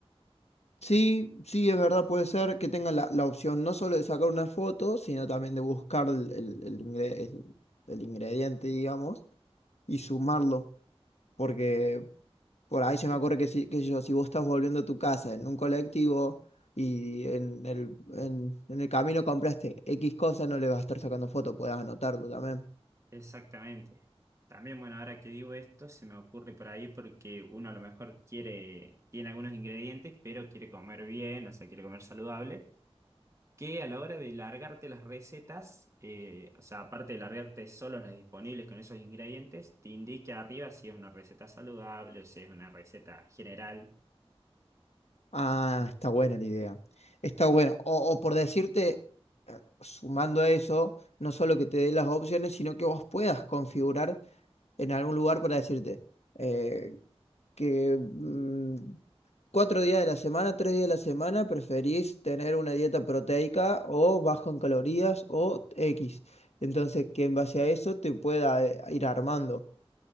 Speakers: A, on the left; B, on the right.
A: Sí, sí, es verdad, puede ser que tengan la, la opción no solo de sacar una foto, sino también de buscar el, el- el ingre- el- el ingrediente, digamos, y sumarlo, porque Por ahí se me ocurre que si, que yo, si vos estás volviendo a tu casa en un colectivo y en el, en, en el camino compraste X cosa, no le vas a estar sacando foto, podés anotarlo también.
B: Exactamente. También, bueno, ahora que digo esto, se me ocurre por ahí porque uno a lo mejor quiere, tiene algunos ingredientes, pero quiere comer bien, o sea, quiere comer saludable, que a la hora de largarte las recetas, eh, o sea, aparte de largarte solo las disponibles con esos ingredientes, te indique arriba si es una receta saludable o si es una receta general.
A: Ah, está buena la idea. Está bueno. O, o por decirte, eh, sumando a eso, no solo que te dé las opciones, sino que vos puedas configurar en algún lugar para decirte eh, que mm, cuatro días de la semana, tres días de la semana, preferís tener una dieta proteica o bajo en calorías o X. Entonces, que en base a eso te pueda eh, ir armando.